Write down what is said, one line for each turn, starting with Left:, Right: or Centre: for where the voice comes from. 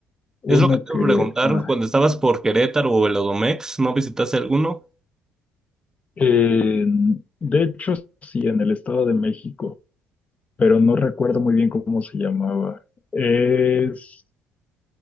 Left: uno
Right: Es lo que te
Left: que...
Right: iba a preguntar,
Left: ah,
Right: cuando estabas por Querétaro o el Odomex, ¿no visitaste alguno?
Left: en- de hecho, sí, en el Estado de México, pero no recuerdo muy bien cómo se llamaba. Es...